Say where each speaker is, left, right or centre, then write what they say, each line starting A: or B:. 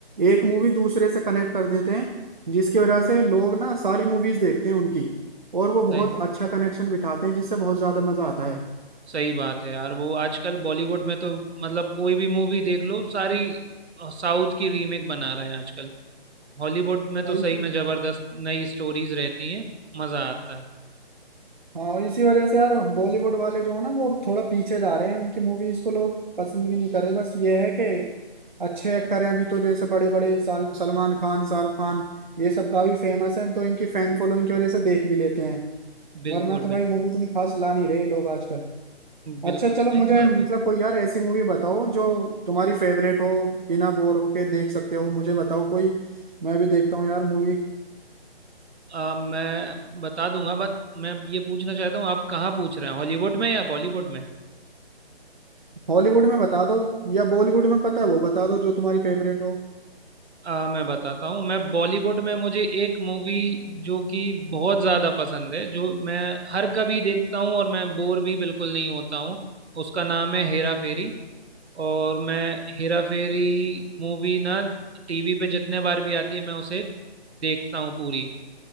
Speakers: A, on the right; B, on the right.
A: एक मूवी दूसरे से कनेक्ट कर देते हैं जिसकी वजह से लोग ना सारी मूवीज देखते हैं उनकी और वो बहुत
B: सही
A: अच्छा कनेक्शन बिठाते हैं जिससे बहुत ज्यादा मजा आता है
B: सही बात है यार वो आजकल बॉलीवुड में तो मतलब कोई भी मूवी देख लो सारी साउथ की रीमेक बना रहे हैं आजकल हॉलीवुड में तो
A: भाई
B: सही में जबरदस्त नई स्टोरीज रहती हैं मजा आता है
A: हाँ इसी वजह से यार बॉलीवुड वाले जो है ना वो थोड़ा पीछे जा रहे हैं उनकी मूवीज को लोग पसंद भी नहीं कर रहे बस ये है कि अच्छे एक्टर हैं अभी तो जैसे बड़े बड़े साल सलमान खान शाहरुख खान ये सब काफी फेमस है तो इनकी फैन फॉलोइंग की वजह से देख भी लेते हैं
B: बिल्कुल
A: वरना तो भाई
B: बिल्कुल
A: मूवी इतनी खास ला नहीं रहे लोग आजकल
B: बिल्कुल
A: अच्छा चलो
B: सही
A: मुझे
B: बात
A: मतलब
B: है
A: कोई यार ऐसी मूवी बताओ जो तुम्हारी फेवरेट हो बिना बोर होके देख सकते हो मुझे बताओ कोई मैं भी देखता हूँ यार मूवी
B: आ, मैं बता दूंगा बट मैं ये पूछना चाहता हूँ आप कहाँ पूछ रहे हैं हॉलीवुड में या बॉलीवुड में
A: हॉलीवुड में बता दो या बॉलीवुड में पता है वो बता दो जो तुम्हारी फेवरेट हो
B: आ, मैं बताता हूँ मैं बॉलीवुड में मुझे एक मूवी जो कि बहुत ज़्यादा पसंद है जो मैं हर कभी देखता हूँ और मैं बोर भी बिल्कुल नहीं होता हूँ उसका नाम है हेरा फेरी और मैं हेरा फेरी मूवी ना टीवी पे जितने बार भी आती है मैं उसे देखता हूँ पूरी